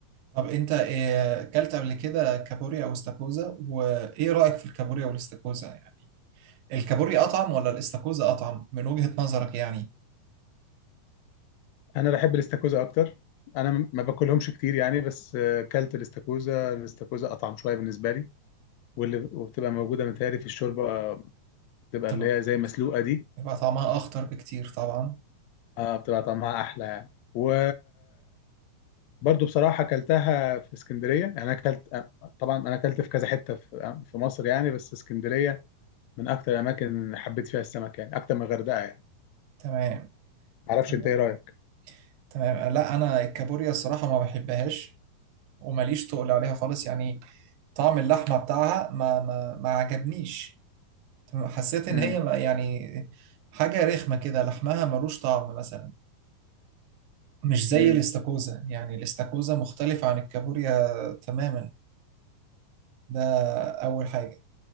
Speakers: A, on the right; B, on the left.
A: طب انت إيه اكلت قبل كده كابوريا او استاكوزا وايه رايك في الكابوريا والاستاكوزا يعني الكابوريا اطعم ولا الاستاكوزا اطعم من وجهة نظرك يعني
B: أنا بحب الاستاكوزا أكتر أنا م- ما باكلهمش كتير يعني بس آه، كلت الاستاكوزا الاستاكوزا أطعم شوية بالنسبة لي واللي وبتبقى موجودة متهيألي في الشوربة آه، بتبقى
A: طب
B: اللي هي زي مسلوقة دي
A: يبقى طعمها اخطر بكتير طبعا
B: آه، بتبقى طعمها أحلى يعني و برضو بصراحة أكلتها في اسكندرية يعني أنا أكلت طبعا أنا أكلت في كذا حتة في في مصر يعني بس اسكندرية من أكتر الأماكن اللي حبيت فيها السمك يعني أكتر من الغردقة يعني
A: تمام
B: معرفش
A: تمام
B: أنت إيه رأيك؟
A: تمام لا انا الكابوريا الصراحه ما بحبهاش وماليش تقل عليها خالص يعني طعم اللحمه بتاعها ما ما ما عجبنيش تمام، حسيت ان
B: مم.
A: هي ما- يعني حاجه رخمه كده لحمها ملوش طعم مثلا مش زي
B: مم.
A: الاستاكوزا يعني الاستاكوزا مختلف عن الكابوريا تماما ده أول حاجة